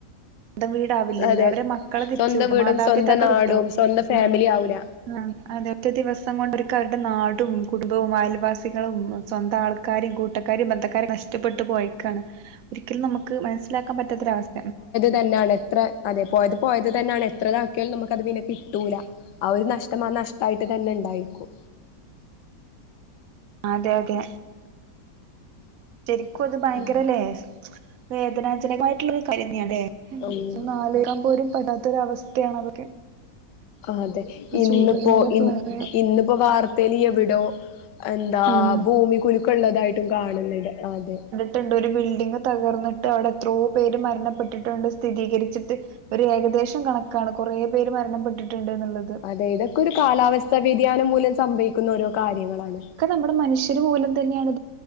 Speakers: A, on the right; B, on the left.
A: ന്തം വീടാവില്ലല്ലോ
B: അതെ
A: അവരെ മക്കളെ തിരിച്ചു
B: സ്വന്തം
A: <inaudible>
B: വീടും
A: മാതാപിതാക്കൾ
B: സ്വന്തം നാടും
A: കിട്ടു
B: സ്വന്തം ഫാമിലി
A: ആഹ്
B: ആവൂല
A: ആ അതെ ഒറ്റ ദിവസം കൊണ്ട അവര്ക്കവര്ടെ നാടും കുടു ബവും ആയൽവാസികളും സ്വന്തം ആൾക്കാരിം കൂട്ടക്കാരിം ബന്ധക്കാരിം നഷ്ടപ്പെട്ട് പോയക്കാണ് ഒരിക്കലും നമുക്ക് മനസ്സിലാക്കാൻ പറ്റാത്തൊരവസ്ഥ
B: തന്നാണ് എത്ര അതെ പോയത് പോയത് തെന്നാണ് എത്രെ ഇതാക്ക്യാൽ നമുക്ക് അത് പിന്നെ കിട്ടൂല ആഹ് ഒരു നഷ്ടം ആ നഷ്ടയിട്ട് തന്നെ ഇണ്ടായിക്കും
A: അതെ അതെ ശരിക്കും അത് ഭയ്ങ്കര
B: ഉം
A: ലേ വേദനാജനകമായിട്ട്ള്ളരു കാര്യെന്നാ ലേ
B: ഉം
A: ഒന്നാലോയ്കാപോരും പെടാത്തൊര അവസ്ഥ്യാണത്
B: ആഹ് അതെ ഇന്നിപ്പോ
A: ചൂരൽമല
B: ഇൻ
A: പ്ലവയം
B: ഇന്നിപ്പോ വാർ തെലിയെവിടോ എന്താ
A: ആഹ്
B: ഭൂമി കുലുക്കൊള്ളതായിട്ടും കാണ്ന്നിണ്ട് അതെ
A: ട്ടിണ്ട് ഒരു ബിൽഡിങ് തകർന്നിട്ട് അവിടെ എത്രോ പേര് മരണപ്പെട്ടിട്ടൊണ്ട് സ്ഥിതീകര്ച്ചിട്ട് ഒരു ഏകദേശം കണക്കാണ് കൊറേ പേര് മരണപ്പെട്ടിട്ടിണ്ട് ഇന്നിള്ള
B: അതെ ഇതൊക്കെ ഒരു കാലാവസ്ഥാ വ്യതിയാനം മൂലം സംഭവിക്കുന്ന ഓരോ കാര്യങ്ങളാണ്
A: ക്കെ നമ്മള് മന്ഷ്യര് മൂലം തന്ന്യാണ്